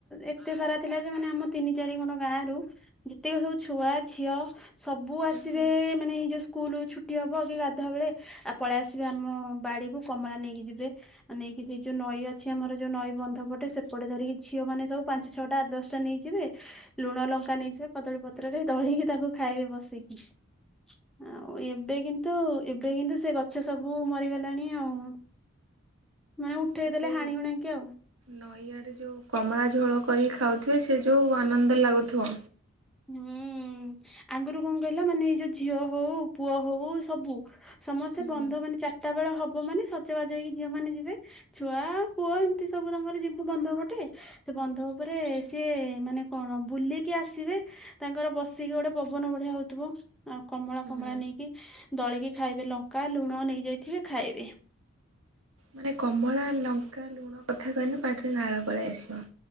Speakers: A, in the centre; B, on the right (about 80°).
A: ଏତେ ସାରା ଥିଲା ଯେ ମାନେ ଆମ ତିନି ଚାରି ଖଣ୍ଡ ଗାଁ ରୁ ଯେତିକି ସବୁ ଛୁଆ ଝିଅ, ସବୁ
B: ହୁଁ
A: ଆସିବେ ମାନେ ଏଇ ଯୋଉ ସ୍କୁଲ ଛୁଟି ହବ କି ଗାଧୁଆ ବେଳେ ଆଉ ପଳେଇ ଆସିବେ ଆମ ବାଡିକୁ କମଳା ନେଇକି ଯିବେ। ଆଉ ନେଇକି ସେଇ ଯୋଉ ନଈ ଅଛି ଆମର ଯୋଉ ନଈ ବନ୍ଧ ପଟେ ସେ ଏପଟେ ଧରିକି ଝିଅ ମାନେ ସବୁ ପାଞ୍ଚ ଛଅଟା ଆଠ ଦଶଟା ନେଇଯିବେ ଲୁଣ ଲଙ୍କା ନେଇଯିବେ କଦଳୀ ପତ୍ରରେ ଦଳିକି ତାକୁ ଖାଇବେ ବସିକି। ଆଉ ଏବେ କିନ୍ତୁ ଏବେ କିନ୍ତୁ ସେ ଗଛ ସବୁ ମରିଗଲାଣି ଆଉ। ମାନେ ଉଠେଇ
B: ସେ ଯଉ
A: ଦେଲେ ହାଣି ହୁଣାକି ଆଉ
B: ନଈଆଡ଼େ ଯୋଉ କମଳା ଝୋଳ କରି ଖାଉଥିବେ ସେ ଯୋଉ ଆନନ୍ଦ ଲାଗୁଥିବ।
A: ହୁଁ ଆଗରୁ କଣ କହିଲ ମାନେ ଏଇ ଯୋଉ ଝିଅ ହଉ ପୁଅ ହଉ ସବୁ ସମସ୍ତେ
B: ହୁଁ
A: ବନ୍ଧ ମାନେ ଚାରିଟା ବେଳ ହବ ମାନେ ସଜବାଜ ହେଇକି ଝିଅ ମାନେ ଯିବେ ଛୁଆ, ପୁଅ ଏମତି ସବୁ ତାଙ୍କର ଯିବୁ ବନ୍ଧ ପଟେ, ସେ ବନ୍ଧ ଉପରେ ସିଏ ମାନେ କଣ ବୁଲିକି ଆସିବେ ତାଙ୍କର ବସିକି ଗୋଟେ ପବନ ବଢିଆ ହଉଥିବ ଆଉ କମଳା
B: ହୁଁ
A: ଫମଳା ନେଇକି ଦଳିକି ଖାଇବେ ଲଙ୍କା ଲୁଣ ନେଇଯାଇଥିବେ ଖାଇବେ।
B: ମାନେ କମଳା, ଲଙ୍କା, ଲୁଣ କଥା କହିଲେ ପାଟିରେ ନାଳ ପଳେଇ ଆସିବ।